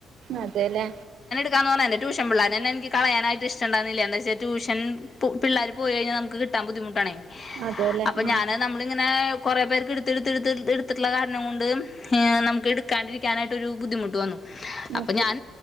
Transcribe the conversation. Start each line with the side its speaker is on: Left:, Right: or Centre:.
Right: അതെലെ
Left: എനിക്ക് ആണേ എന്റെ ട്യൂഷൻ പിള്ളേരെതന്നെ കളയാൻ ആയിട്ട് ഇഷ്ടം ഇണ്ടായിരുന്നില്ല എന്താന്ന് വെച്ചാൽ ട്യൂഷൻ പിള്ളേര് പോയി കഴിഞ്ഞാ നമുക്ക് കിട്ടാൻ ബുദ്ധിമുട്ടാണെ
Right: അതെല്ലേ
Left: അപ്പോ
Right: ഉം
Left: ഞാന് നമ്മളിങ്ങനെ കുറേ പേർക്ക് എടുത്ത് എടുത്ത്ടുത്ത് എടുത്തിട്ടുള്ള കാരണം കൊണ്ട് നമുക്ക് എടുക്കാണ്ടിരിക്കാനായിട്ടൊരു ബുദ്ധിമുട്ട് വന്നു. അപ്പൊ
Right: ഓക്കെ
Left: ഞാൻ